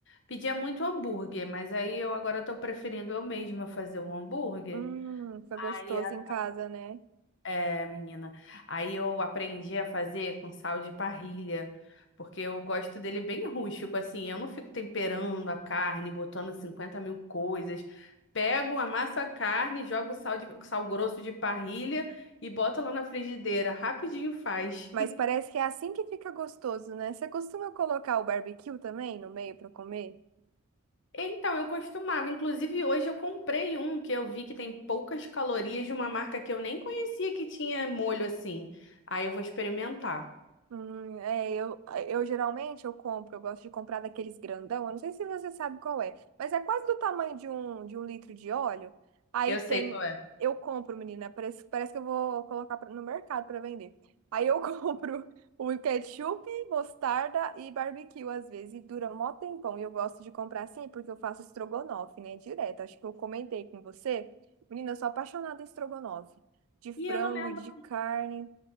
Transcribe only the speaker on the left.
pedia muito hambúrguer, mas aí eu agora tô preferindo eu mesma fazer o hambúrguer.
Aí
a
é, menina. Aí eu aprendi a fazer com sal de parrilha, porque eu gosto dele bem rústico, assim. Eu não fico temperando a carne, botando 50 mil coisas. Pego, amasso a carne, jogo sal de, sal grosso de parrilha e boto lá na frigideira. Rapidinho faz.
Então, eu costumava. Inclusive, hoje eu comprei um que eu vi que tem poucas calorias de uma marca que eu nem conhecia que tinha molho assim. Aí eu vou experimentar.
Eu sei
qual é.
E eu não lembro.